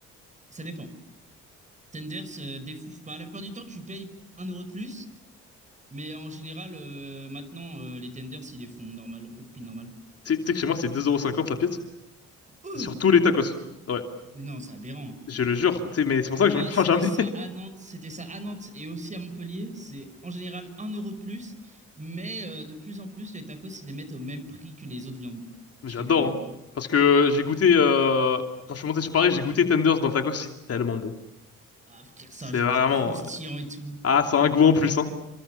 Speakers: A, on the right (about 25°); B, on the left (about 50°).
A: Ça dépend. Tenders euh, défouffe pas. La plupart du temps, tu payes un euro de plus, mais en général, euh, maintenant, euh, les Tenders, ils les font normal, au prix normal.
B: Tu sais tu sais que chez moi c'est deux euros cinquante la pièce
A: Ouh
B: sur tous les tacos. Ouais,
A: mais non, c'est aberrant.
B: je le jure. Tu sais mais c'est pour ça
A: Moi,
B: que je me prends
A: c'était
B: jamais.
A: ça à Nantes, c'était ça à Nantes et aussi à Montpellier. C'est en général un euro de plus, mais euh, de plus en plus, les tacos, ils les mettent au même prix que les autres viandes,
B: J'adore,
A: ce qui est banger.
B: hein. Parce que j'ai goûté, euh, quand je suis monté sur Paris, j'ai goûté Tenders dans le tacos, c'est tellement bon.
A: Ah, frère,
B: C'est
A: ça ajoute
B: vraiment,
A: du croustillant
B: euh,
A: et tout.
B: ah, ça a un goût en plus, hein.